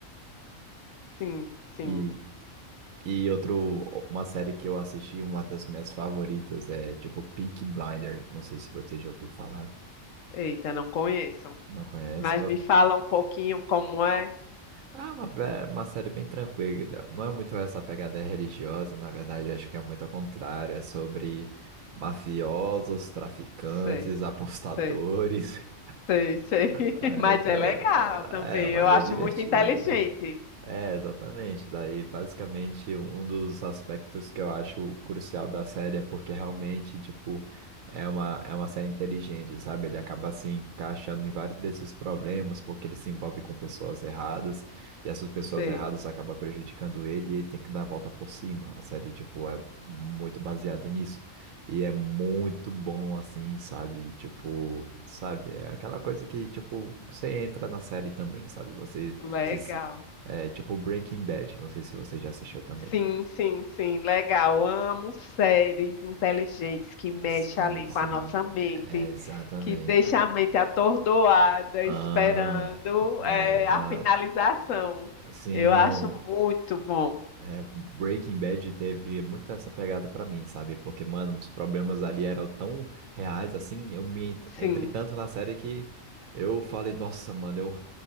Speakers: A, on the left; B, on the right.
A: Sim, sim.
B: E, e outro, uma série que eu assisti, uma das minhas favoritas, é tipo Peaky Blinder Não sei se você já ouviu falar,
A: Eita, não conheço.
B: não conhece.
A: Mas me fala um pouquinho como é.
B: Ah, uma, ve- uma série bem tranquila. Não é muito essa pegada religiosa, na verdade, eu acho que é muito ao contrário. É sobre mafiosos, traficantes,
A: Sei,
B: apostadores.
A: sei,
B: <laughs>
A: sei, sei. <laughs>
B: Ah,
A: Mas
B: Então,
A: é legal também.
B: é, mas
A: Eu acho
B: é divertido.
A: muito inteligente.
B: É, exatamente. Daí, basicamente, um dos aspectos que eu acho crucial da série é porque realmente, tipo, é uma, é uma série inteligente, sabe? Ele acaba se encaixando em vários desses problemas, porque ele se envolve com pessoas erradas, e essas pessoas
A: Sei.
B: erradas acabam prejudicando ele e ele tem que dar a volta por cima. A série, tipo, é muito baseada nisso. E é muito bom, assim, sabe? Tipo, sabe? É aquela coisa que, tipo, você entra na série também, sabe? Você.
A: Legal.
B: se é tipo Breaking Bad, não sei se você já assistiu também.
A: Sim, sim, sim, legal. Amo séries inteligentes que mexem
B: Sim,
A: ali
B: sim,
A: com a nossa mente,
B: é, exatamente.
A: que deixa a mente atordoada,
B: Aham,
A: esperando
B: Não,
A: eh,
B: é exato.
A: a finalização.
B: Sim,
A: Eu
B: não,
A: acho muito bom.
B: é, Breaking Bad teve muito essa pegada pra mim, sabe? Porque, mano, os problemas ali eram tão reais, assim, eu me ent-
A: Sim,
B: entrei tanto na série que eu falei, nossa, mano, eu